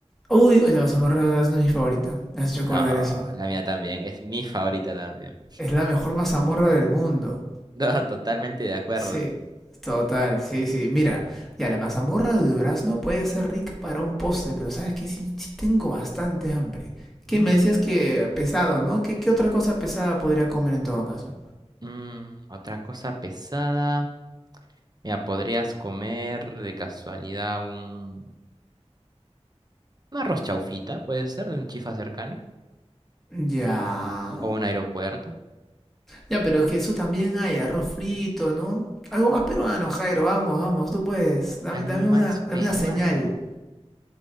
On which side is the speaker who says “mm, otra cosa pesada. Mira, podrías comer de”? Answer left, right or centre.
Right